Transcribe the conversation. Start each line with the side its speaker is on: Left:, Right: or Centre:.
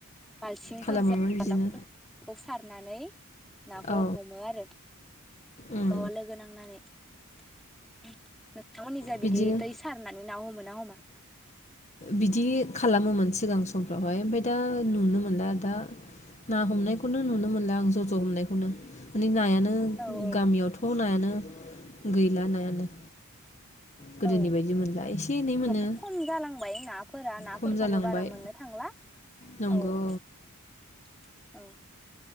Centre: बालथिंफोरजों
Left: खालामोमोन बिदिनो
Centre: नाफोरखौ सार नानै नाखौ
Left: औ
Centre: हमो आरो ज'
Left: उम
Centre: लोगो नांनानै। <unintelligible> नोंथां मोननिजा
Left: बिदिनो
Centre: बिदि दै सारनानै ना हमो ना हमा?
Left: बिदि खालामोमोन सिगां समफ्रावहाय ओमफ्राय दा नुनो मोनला दा ना हमनायखौनो नुनो मोनला आं ज' ज' हमनायखौनो माने नायानो
Centre: औ
Left: उम
Centre: औ
Left: गामियावथ' नायानो गैला नायानो। गोदोनि
Centre: औ
Left: बायदि मोनला एसे एनै
Centre: <unintelligible>
Left: मोनो
Centre: खम जालांबाय नाफोरा नाफोरखौबो
Left: खम जालांबाय
Centre: बारा मोननो थांला
Left: नंगौ
Centre: औ। औ।